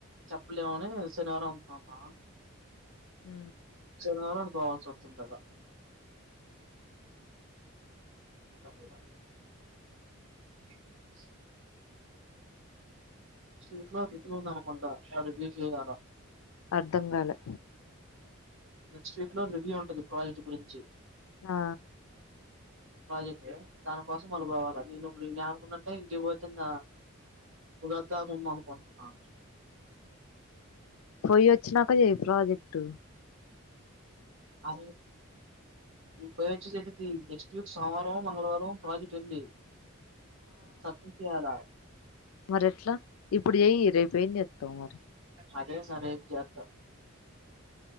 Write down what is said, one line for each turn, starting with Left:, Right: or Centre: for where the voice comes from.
Right: చెప్పలేమని శనివారం అన్నా
Left: హ
Right: వారం అంటూ పోవాల్సొస్తుంది సప్ప <inaudible> వీక్ లో రివ్యూ ఉందనుకుండా రివ్యూ చేయల
Left: అర్ధం గాలే
Right: నెక్స్ట్ వీక్ లో రివ్యూ ఉంటది ప్రాజెక్ట్ గురించి
Left: ఆ
Right: ప్రాజెక్టు దాని కోసం మళ్ళ పోవాల నేను ఇప్పుడు ఎం అనుకున్నాంటే ఇంటికి వచ్చింద పోయిస్తా అనుకుంటున్నాను
Left: పోయి వచ్చినాక చేయి ప్రాజెక్ట్
Right: అ ఉ పోయి వచి చేపిది నెక్స్ట్ వీక్ సోమవారమో మంగళవారమో ప్రాజెక్ట్ ఉంది సబ్మిట్ చెయ్యాల
Left: మరెట్ల ఇప్పుడు జెయి రేప్ ఏం జెత్తవ్ మరి
Right: అదేస రేప్ జేత్తం